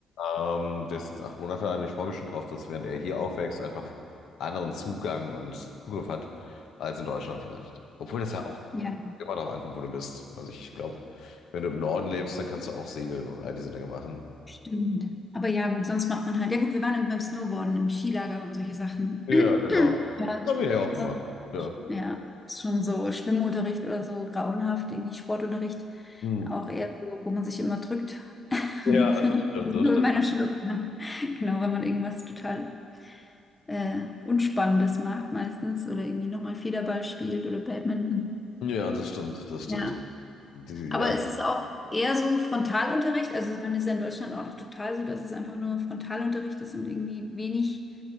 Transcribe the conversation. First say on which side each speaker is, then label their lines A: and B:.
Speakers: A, on the left; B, on the left.
A: ähm, der ist jetzt acht Monate alt und ich freue mich schon drauf, dass während er hier aufwächst, einfach anderen Zugang und Zugriff hat als in Deutschland vielleicht. Obwohl das ja auch
B: ja,
A: immer darauf ankommt, wo du bist. Also ich glaube, wenn du im Norden lebst, dann kannst du auch segeln und all diese Dinge machen.
B: stimmt. Aber ja, gut, sonst macht man halt. Ja, gut, wir waren beim Snowboarden im Skilager und solche Sachen.
A: Ja,
B: <clears throat>
A: genau.
B: Ja,
A: Das haben wir ja auch gemacht.
B: sonst,
A: Ja.
B: ja, ist schon so Schwimmunterricht oder so grauenhaft, irgendwie Sportunterricht
A: Hm.
B: auch eher so, wo man sich immer drückt. <laughs>
A: Ja, das stimmt,
B: So
A: das stimmt.
B: in meiner Schule. Genau, wenn man irgendwas total äh, Unspannendes macht meistens oder irgendwie nochmal Federball spielt oder Badminton.
A: Ja, das stimmt, das stimmt.
B: Ja,
A: Die,
B: aber
A: ja,
B: es ist auch eher so Frontalunterricht. Also man ist ja in Deutschland auch noch total so, dass es einfach nur Frontalunterricht ist und irgendwie wenig